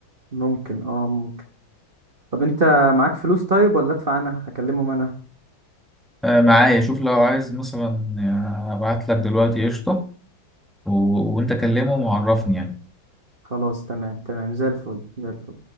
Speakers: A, on the right; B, in the centre.
A: ممكن اه ممكن طب انت معاك فلوس طيب ولا ادفع انا هكلمهم انا
B: آه معايا شوف لو عايز مثلا آه، ابعت لك دلوقتي قشطه و... وانت كلمهم وعرفني يعني
A: خلاص تمام تمام زي الفل زي الفل